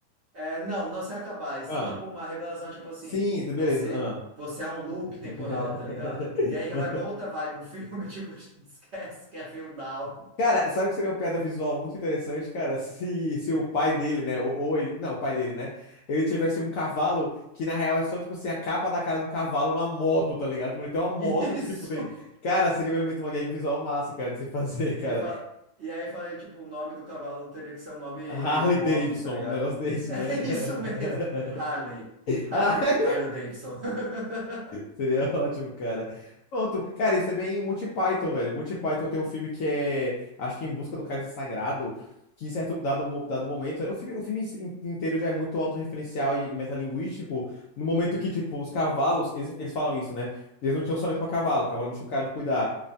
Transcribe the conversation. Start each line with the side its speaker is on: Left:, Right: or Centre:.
Right: é, não, não se acabar, e sim,
Left: Ah,
Right: tipo, uma revelação, tipo assim,
Left: sim, tá- beleza.
Right: você,
Left: Ah.
Right: você é um loop
Left: <laughs>
Right: temporal, tá ligado? E aí já vai pra outra vibe o filme, <laughs> tipo, esquece que é feudal.
Left: Cara, sabe o que seria uma piada visual muito interessante, cara? Se, se o pai dele, né? Ou, ou ele. Não, o pai dele, né? Ele tivesse um cavalo que, na real, é só, tipo assim, a capa da cara de um cavalo numa moto, tá ligado? Mano, ele tem uma moto
Right: <laughs> Isso!
Left: que, tipo, tem. Cara, seria um elemento, uma gag visual massa, cara, de se <laughs> fazer,
Right: E,
Left: cara.
Right: fa- e aí eu falei, tipo, o nome do cavalo teria que ser um nome
Left: Harley
Right: meio de motos,
Left: Davidson,
Right: tá ligado?
Left: um negócio desse,
Right: <laughs>
Left: né?
Right: É isso mesmo,
Left: <laughs>
Right: Harley. Harley?
Left: Ai,
Right: Harley Davidson. <laughs>
Left: seria ótimo, cara. Pronto. Cara, isso é bem Monty Python, velho. Monty Python tem um filme que é, acho que Em Busca do Cálice Sagrado, que em certo dado, mo- dado momento, é, o filme, o filme in- inteiro já é muito autorreferencial e, e metalinguístico, no momento
Right: Uhum.
Left: que, tipo, os cavalos, eles, eles falam isso, né? Eles não tinham orçamento pra cavalo, cavalo é meio caro de cuidar.